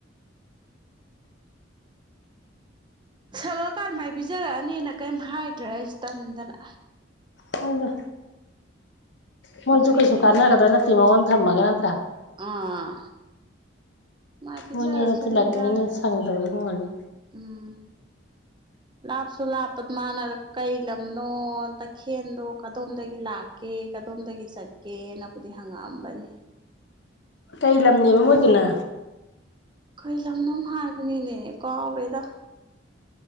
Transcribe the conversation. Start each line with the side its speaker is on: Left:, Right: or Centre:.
Right: ꯁꯪꯉꯛ ꯀꯥꯟ ꯃꯥꯏ ꯄꯤꯖꯔꯛꯑꯅꯤꯅ ꯀꯔꯤꯝ ꯍꯥꯏꯗ꯭ꯔꯦ ꯑꯩꯁꯨ ꯇꯟꯗꯅ
Left: ꯍꯧꯗ ꯃꯣꯏꯁꯨ
Right: ꯐ꯭ꯔꯤꯗ
Left: ꯀꯩꯁꯨ ꯀꯥꯟꯅꯒꯗꯕꯥ ꯅꯠꯇꯦ ꯃꯉꯣꯟꯗ ꯊꯝꯃꯒ ꯅꯠꯇ꯭ꯔꯥ
Right: ꯑꯥ ꯃꯥꯏ ꯄꯤꯖꯔꯛꯁꯅꯤꯗ
Left: ꯃꯣꯏꯅ ꯍꯦꯟꯅ ꯊꯤꯜꯂꯛꯅꯤꯅꯦ ꯁꯪꯗꯕꯩ ꯑꯣꯏꯔꯝꯒꯅꯤ
Right: ꯎꯝ ꯂꯥꯞꯁꯨ ꯂꯥꯞꯄ ꯃꯥꯅ ꯀꯩ ꯂꯝꯅꯣ ꯇꯈꯦꯟꯗꯣ ꯀꯗꯣꯝꯗꯒꯤ ꯂꯥꯛ ꯀꯦ ꯀꯗꯣꯝꯗꯒꯤ ꯆꯠꯀꯦꯅꯕꯨꯗꯤ ꯍꯪꯉꯛꯑꯝꯕꯅꯤ
Left: ꯀꯇꯩ ꯂꯝꯅꯦꯕ ꯑꯣꯏꯗꯨꯅ
Right: ꯀꯩ ꯂꯝꯅꫭꯝ ꯍꯥꯏꯕꯅꯤꯅꯦ ꯀꯥꯎꯔꯦꯗ